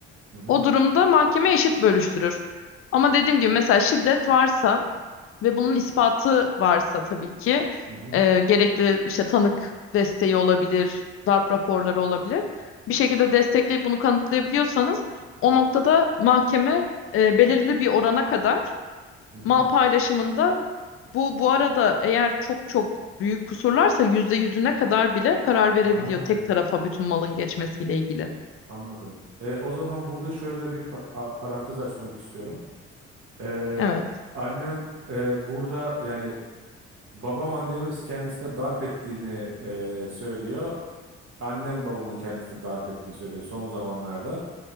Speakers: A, on the right; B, on the left.
A: hı hı
B: o durumda mahkeme eşit bölüştürür. Ama dediğim gibi mesela şiddet varsa ve bunun ispatı varsa tabii ki
A: hı hı.
B: e, gerekli işte tanık desteği olabilir, darp raporları olabilir. Bir şekilde destekleyip bunu kanıtlayabiliyorsanız o noktada mahkeme e, belirli bir orana kadar
A: hı
B: mal paylaşımında bu bu arada eğer çok çok büyük kusurlarsa yüzde yüzüne kadar bile karar verebiliyor
A: Aa,
B: tek tarafa bütün malın geçmesiyle ilgili.
A: anladım. E, o zaman burada şöyle bir pa- a- parantez açmak istiyorum. E,
B: Evet.
A: annem e, burada yani babam annemi kendisine darp ettiğini e, söylüyor. annem babamın kendisini darp ettiğini söylüyor son zamanlarda.